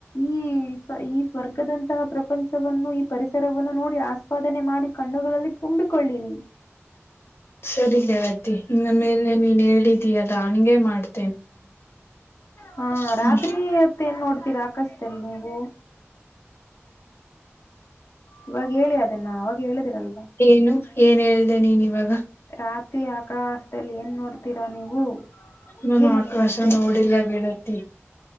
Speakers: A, on the left; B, on the left.
A: ಈ ಸ್ ಈ ಸ್ವರ್ಗದಂತಹ ಪ್ರಪಂಚವನ್ನು ಈ ಪರಿಸರವನ್ನು ನೋಡಿ ಆಸ್ವಾದನೆ ಮಾಡಿ ಕಣ್ಣುಗಳಲ್ಲಿ ತುಂಬಿಕೊಳ್ಳಿರಿ.
B: ಸರಿ ಗೆಳತಿ ಇನ್ನ ಮೇಲೆ ನೀನ್ ಹೇಳಿದೀಯಲ್ಲಾ ಹಂಗೆ ಮಾಡ್ತೀ
A: ಹಾ
B: ಹ್ಮ್
A: ರಾತ್ರಿ ಹೊತ್ತ್ ಎನ್ ನೋಡ್ತೀರಾ ಅಕಾಶ ದಲ್ ನೀವು. ಇವಾಗ ಹೇಳಿ ಅದನ್ನ ಅವಾಗ ಹೇಳಿದಿರಲ್ವಾ.
B: ಏನು ಏನ್ ಹೇಳ್ದೆ ನೀನ್ ಇವಾಗ.
A: ರಾತ್ರಿ ಆಕಾಶ್ <unintelligible> ಏನ್ ನೋಡ್ತೀರಾ ನೀವು
B: ನಾನು
A: ಏನೇನಿರುತ್ತೆ.
B: ಆಕಾಶ ನೋಡಿಲ್ಲ ಗೆಳತಿ.